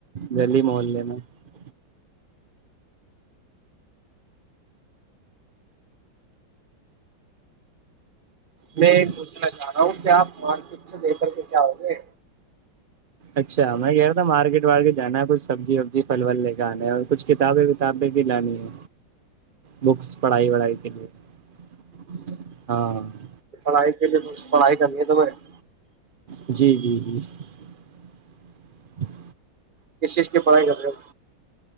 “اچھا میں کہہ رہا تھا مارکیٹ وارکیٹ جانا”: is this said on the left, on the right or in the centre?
Right